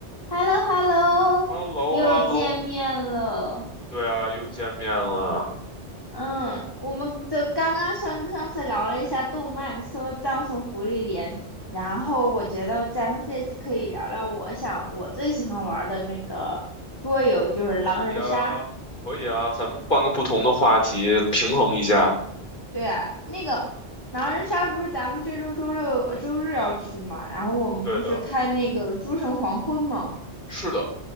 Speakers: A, on the left; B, on the left.
A: h e l l o h e l l o
B: h e l l o
A: 又见面了。
B: h e l l o 对啊，又见面了。
A: 嗯，我们就刚刚上上次聊了一下动漫，说葬送福利连，然后我觉得咱们这次可以聊聊我想我最喜欢玩的那个桌游，就是狼人杀。
B: 可以啊，可以啊，咱们换个不同的话题，平衡一下。
A: 对呀，那个狼人杀不是咱们这周周六、呃周日要去嘛，然后我们不是开那个诸神黄昏嘛？
B: 对的，是的，